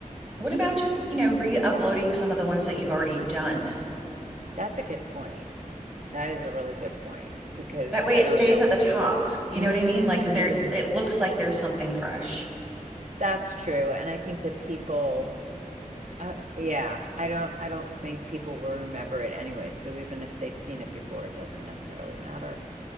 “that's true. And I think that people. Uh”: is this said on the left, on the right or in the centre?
Right